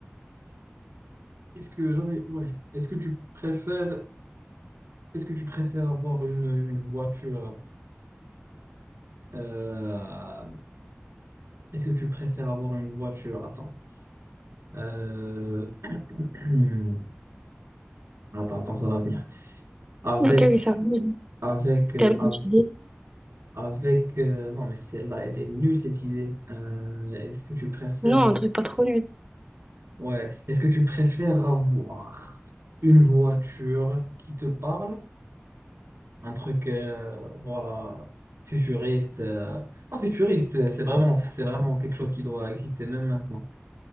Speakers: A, on the right; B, on the right.
A: est-ce que j'avais, ouais. Est-ce que tu préfères, est-ce que tu préfères avoir une, une voiture? euh, Est-ce que tu préfères avoir une voiture? Attends. Euh, <clears throat> Attends, attends, ça va venir. Avec,
B: Ok, ok, ça va. Mhm.
A: avec, euh,
B: Tellement
A: av-
B: d'idées.
A: avec. euh, Non, mais celle-là, elle est nulle, cette idée. Euh, est-ce que tu préfères.
B: Non, un truc pas trop nul.
A: Ouais. Est-ce que tu préfères avoir une voiture qui te parle? Un truc, euh, voilà, futuriste. euh, Pas futuriste, c'est c'est vraiment, c'est vraiment quelque chose qui doit exister même maintenant.